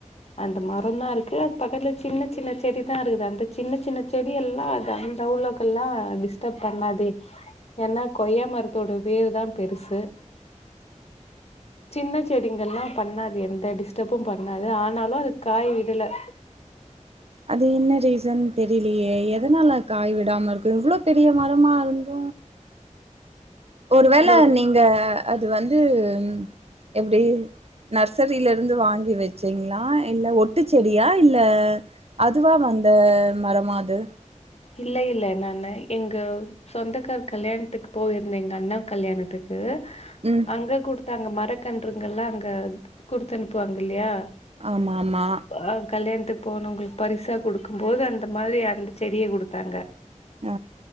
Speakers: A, on the left (about 55°); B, on the right (about 50°).
A: அந்த மரம் தா இருக்கு அது பக்கத்துல சின்ன சின்ன செடி தா இருக்குது அந்த சின்ன சின்ன செடியெல்லா அது அந்த அவ்லொக்கல்லா டிஸ்டப் பண்ணாதே என்னா கொய்ய மரத்தோட வேர் தா பெருசு
B: உ
A: சின்ன செடிங்கங்ல்லா பண்ணாது எந்த டிஸ்டபும் பண்ணாது ஆனாலு அது காய் விடல
B: அது என்ன ரீசன் தெரிலயே எதனால காய் விடாம இருக்கு இவ்ள பெரிய மரமா இருந்து ஒருவேள
A: ஒரு
B: நீங்க அது வந்து ம் எப்டி நர்சரில இருந்து வாங்கி வச்சீங்களா இல்ல ஒட்டு செடியா இல்ல அதுவா வந்த மரமா அது
A: இல்ல இல்ல நானு எங்க சொந்தக்கார் கல்யாண்த்துக்கு போயிருந்தே எங்க அண்ணா கல்யாணத்துக்கு
B: உம்
A: அங்க குடுத்தாங்க மரக்கன்றுங்கல்லாம் அங்க கொடுத்து அனுப்புவாங்க இல்யா
B: ஆமா ஆமா
A: ஆ கல்யாண்த்துக்கு போனவங்களுக்கு பரிசா குடுக்கும்போது அந்த மாரி அந்த செடிய குடுத்தாங்க
B: ஆ